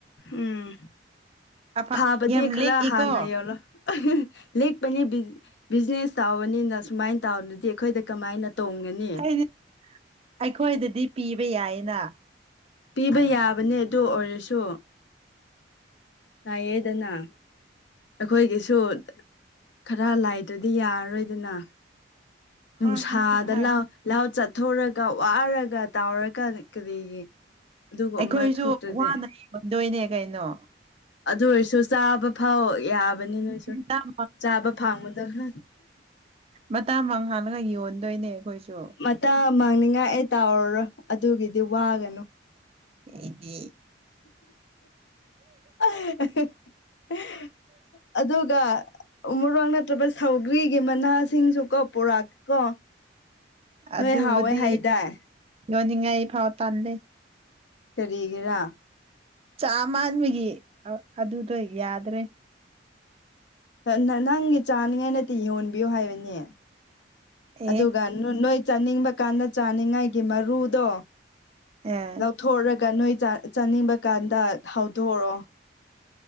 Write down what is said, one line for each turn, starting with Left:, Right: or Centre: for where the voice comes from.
Left: ꯑꯝ
Right: ꯑꯐ
Left: ꯐꯥꯕꯗꯤ
Right: ꯌꯥꯝ
Left: ꯈꯔ
Right: ꯂꯤꯛꯏꯀꯣ
Left: ꯍꯥꯟꯅ ꯌꯧꯔꯣ ꯂꯦꯛꯄꯅꯤ ꯕꯤꯖꯤꯅꯦꯁ ꯇꯥꯕꯅꯤꯅ ꯁꯨꯃꯥꯏꯅ ꯇꯥꯎꯟꯗꯨꯗꯤ ꯑꯩꯈꯣꯏꯗ ꯀꯃꯥꯏꯅ ꯇꯣꯡꯒꯅꯤ
Right: ꯍꯥꯏꯗꯤ ꯑꯩꯈꯣꯏꯗꯗꯤ ꯄꯤꯕ <inaudible> <unintelligible>
Left: ꯄꯤꯕ ꯌꯥꯕꯅꯦ ꯑꯗꯨ ꯑꯣꯏꯔꯁꯨ ꯅꯥꯌꯦꯗꯅ ꯑꯩꯈꯣꯏꯒꯤꯁꯨ ꯈꯔ ꯂꯥꯏꯗ꯭ꯔꯗꯤ ꯌꯥꯔꯔꯣꯏꯗꯅ ꯅꯨꯡꯁꯥꯗ
Right: ꯍꯣꯏ ꯍꯣꯏ ꯍꯣꯏ ꯍꯣꯏ
Left: ꯂ ꯂꯥꯎ ꯆꯠ ꯆꯥꯊꯣꯔꯒ ꯋꯥꯔꯒ ꯇꯥꯎꯔꯒ ꯀꯔꯤꯒꯤ ꯑꯗꯨꯒꯨꯝꯕ
Right: ꯑꯩꯈꯣꯏꯁꯨ
Left: ꯊꯣꯛꯇ꯭ꯔꯗꯤ
Right: ꯋꯥꯅ ꯌꯟꯗꯣꯏꯅꯦ ꯀꯩꯅꯣ
Left: ꯑꯗꯨ ꯑꯣꯏꯔꯁꯨ ꯆꯥꯕ ꯐꯥꯎ ꯌꯥꯕꯅꯤ ꯅꯣꯏꯁꯨ
Right: ꯃꯇꯝ
Left: ꯆꯥꯕ ꯐꯪꯕꯗ <inaudible>
Right: ꯃꯇꯥꯡ ꯃꯥꯡ ꯍꯜꯂꯒ ꯌꯣꯟꯗꯣꯏꯅꯦ ꯑꯩꯈꯣꯏꯁꯨ
Left: ꯃꯇꯥꯡ ꯃꯥꯡꯅꯤꯡꯉꯥꯏ ꯑꯩ ꯇꯥꯎꯔꯔꯣꯏ ꯑꯗꯨꯒꯤꯗꯤ ꯋꯥꯒꯅꯨ
Right: ꯑꯩꯗꯤ
Left: <inaudible> ꯑꯗꯨꯒ ꯃꯣꯔꯣꯛ ꯅꯠꯇ꯭ꯔꯕ ꯁꯧꯒ꯭ꯔꯤꯒꯤ ꯃꯅꯥꯁꯤꯡꯁꯨ ꯀꯣ ꯄꯨꯣꯔꯥꯛꯀ ꯀꯣ ꯅꯣꯏ
Right: ꯑꯗꯨꯕꯨꯗꯤ
Left: ꯍꯥꯎꯋꯦ ꯍꯥꯏꯗꯥꯏ
Right: ꯌꯣꯟꯅꯤꯡꯉꯥꯏ ꯐꯥꯎ ꯇꯟꯂꯦ
Left: ꯀꯔꯤꯒꯤꯔꯥ
Right: ꯆꯥꯃꯥꯟꯕꯒꯤ ꯑꯗꯨꯗ ꯌꯥꯗꯥꯔꯦ
Left: ꯅ ꯅ ꯅꯪꯒꯤ ꯆꯥꯅꯤꯉꯥꯏ ꯅꯠꯇꯦ ꯌꯣꯟꯕꯤꯌꯨ ꯍꯥꯏꯕꯅꯦ ꯑꯗꯨꯒ
Right: ꯑꯦ
Left: ꯅꯣꯏ ꯆꯥꯅꯤꯡꯕ ꯀꯥꯟꯗ ꯆꯥꯅꯤꯡꯉꯥꯏꯒꯤ ꯃꯔꯨꯗꯣ
Right: ꯑꯦ
Left: ꯂꯧꯊꯣꯛꯔꯒ ꯅꯣꯏ ꯆꯥ ꯆꯥꯅꯤꯡꯕ ꯀꯥꯟꯗ ꯍꯧꯗꯣꯔꯣ